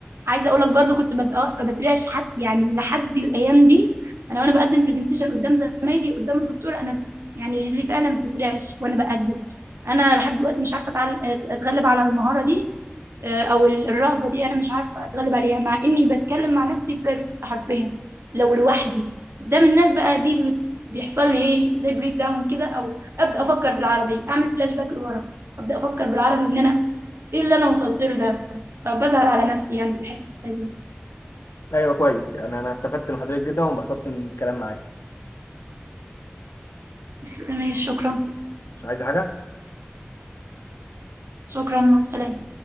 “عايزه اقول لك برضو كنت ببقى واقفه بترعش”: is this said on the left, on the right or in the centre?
Right